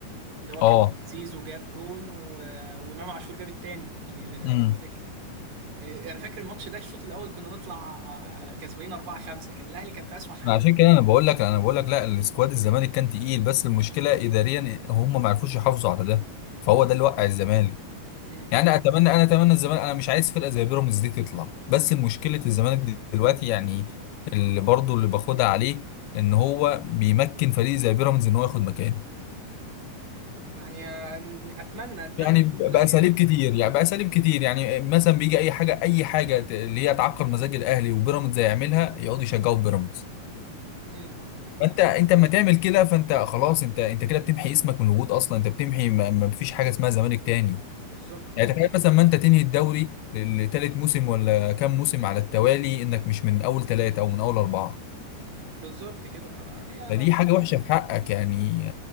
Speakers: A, on the right; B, on the left.
A: اللي هو
B: اه
A: كان زيزو جاب جون و... وامام عاشور جاب التاني اللي لو
B: امم
A: تفتكر يعني فاكر الماتش ده الشوط الاول كنا نطلع كسبانين 4 5 كده الاهلي كان في اسوأ حالاته
B: عشان كده انا بقول لك انا بقول لك لا السكواد الزمالك كان تقيل بس المشكله اداريا هم ما عرفوش يحافظوا على ده فهو ده اللي وقع الزمالك
A: امم
B: يعني اتمنى انا اتمنى الزمالك انا مش عايز فرقه زي بيراميدز دي تطلع بس مشكله الزمالك دي دلوقتي يعني اللي برضه اللي باخدها عليه ان هو بيمكن فريق زي بيراميدز ان هو ياخد مكانه
A: يعني اتمنى اتمنى
B: يعني
A: في
B: ب-
A: يوم
B: باساليب
A: من الايام يعني
B: كتير يعني باساليب كتير يعني مثلا بيجي اي حاجه اي حاجه ت- اللي هي تعكر مزاج الاهلي وبيراميدز يعملها يقعدوا يشجعوا بيراميدز
A: امم
B: ما انت انت اما تعمل كده فانت خلاص انت انت كده بتمحي اسمك من الوجود اصلا انت بتمحي ما ما فيش حاجه اسمها زمالك تاني
A: بالظبط
B: يعني تخيل مثلا ما انت تنهي الدوري ل- لتالت موسم ولا كام موسم على التوالي انك مش من اول ثلاثه او من اول اربعه
A: بالظبط كده ما هي انا
B: فدي حاجه وحشه في حقك يعني